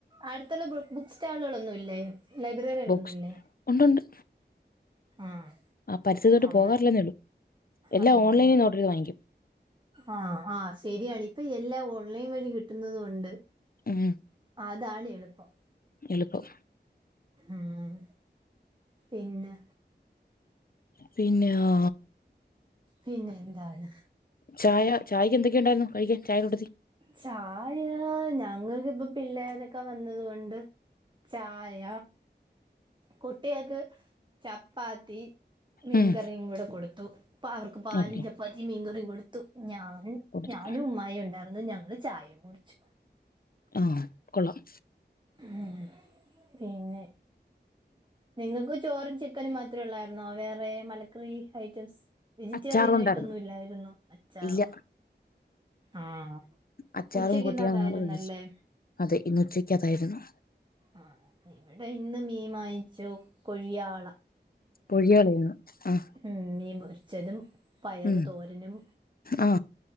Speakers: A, on the right (about 25°); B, on the left (about 55°).
A: അടുത്തുള്ള ബു ബുക്ക്സ്റ്റാളുകളൊന്നുല്ലേ ലൈബ്രറികളൊന്നുല്ലേ
B: ബോക്സ് ഉണ്ടുണ്ട്
A: ആഹ്
B: ആ പരിസരത്തോട്ട്
A: നമ്മൾ
B: പോവാറില്ലന്നേള്ളൂ എല്ലാം
A: ആണല്ലേ
B: ഓൺലൈനിൽ നിന്ന് ഓർഡറെയ്ത് വാങ്ങിക്ക്യും
A: ആഹ് ആഹ് ശരിയാണ് ഇപ്പം എല്ലാം ഓൺലൈൻ വഴി കിട്ടുന്നതൂംണ്ട്
B: ഉം
A: അതാണ് എളുപ്പം
B: എളുപ്പം
A: ഉം പിന്നെ
B: പിന്നെ യോ
A: പിന്നെന്താണ്
B: ചായ ചായയ്ക്ക് എന്തൊക്കെ ഉണ്ടായിരുന്നു കഴിയ്ക്കാൻ ചായൻ്റൂട്ടത്തിൽ
A: ചായ ഞങ്ങക്കിപ്പം പിള്ളേരൊക്കെ വന്നത് കൊണ്ട് ചായ കുട്ട്യേക്ക് ചപ്പാത്തി മീൻകറിം
B: ഉം
A: കൂടെ കൊടുത്തു അപ്പവർക്ക് പാലും
B: ഓക്കെ
A: ചപ്പാത്തിം മീൻകറിം കൊടുത്തു ഞാന്
B: കൊടുത്തു
A: ഞാനും ഉമ്മായും ഉണ്ടാർന്നു ഞങ്ങള് ചായിം യും കുട്ച്ച്
B: ആഹ് കൊള്ളാം
A: ഉം പിന്നെ നിങ്ങക്കും ചോറും ചിക്കനും മാത്രേ ഉള്ളായിരുന്നോ വേറെ മലക്കറി ഐറ്റംസ് വെജിറ്റേറിയനായിട്ടൊന്നും
B: അച്ചാറും ഉണ്ടായിരുന്നു
A: ഇല്ലായിരുന്നു അച്ചാർ
B: ഇല്ല
A: ആഹ്
B: അച്ചാറും
A: ഉച്ചക്കിന്നതായിരുന്നല്ലേ
B: കൂട്ടിയാ ഞങ്ങള് കഴിച്ചു അതെ ഇന്ന് ഉച്ചയ്ക്കതായിരുന്നു
A: ആഹ് ഇവടെ ഇന്ന് മീൻ മാങ്ങിച്ചു കൊഴിയ വാള
B: പൊര്യേളേന്നു അഹ്
A: ഉം മീൻ പൊരിച്ചതും പയറ്
B: ഉം
A: തോരനും
B: ആ